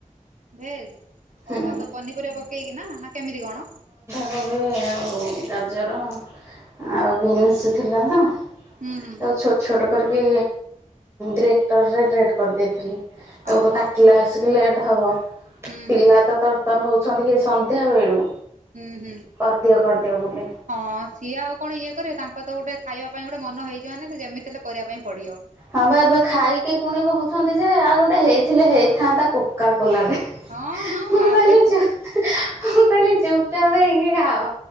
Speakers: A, on the right (about 65°); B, on the right (about 20°).
A: ଭେଜ୍
B: ହୁଁ।
A: ଓହୋ ତ ପନିପରିବା ପକେଇକିନା ନା କେମିତି କଣ?
B: କୋବି ଆଉ ଗାଜର ଆଉ ବିନ୍ସ ଥିଲା ତ
A: ହୁଁ
B: ତାକୁ
A: ହୁଁ
B: ଛୋଟ ଛୋଟ କରିକି ଗ୍ରେଟରରେ ଗ୍ରେଟ କରିଦେଇଥିଲି। ତାକୁ
A: ଓହୋ
B: ତ କାଟିଲେ ଆସିକି ଲେଟ୍ ହବ।
A: ହୁଁ
B: ପିଲା
A: ହୁଁ
B: ତ ତରତର ହଉଛନ୍ତି କି ସନ୍ଧ୍ୟା ବେଳୁ।
A: ଉଁ ହୁଁ।
B: କରିଦିଅ କରିଦିଅ ବୋଲି
A: ହଁ ସିଏ ଆଉ କଣ ଇଏ କରିବେ ତାଙ୍କ ତ ଗୋଟେ ଖାଇବା ପାଇଁ ଗୋଟେ ମନ ହେଇଚି ମାନେ ସେ ଯେମିତି ହେଲେ କରିବା ପାଇଁ ପଡ଼ିଅ।
B: ହଁ ପା ଏବେ ଖାଇକି ପୁଣି କହୁଛନ୍ତି ଯେ ଆଉ ଗୋଟେ ହେଇଥିଲେ ହେଇଥାନ୍ତା କୋକା କୋଲାଟେ।
A: ହଁ ହଁ
B: ମୁଁ
A: ବାପରେ
B: କହିଲି ଚୁ ମୁଁ କହିଲି ଚୁପଚାପ୍ ହେଇକି ଖାଅ।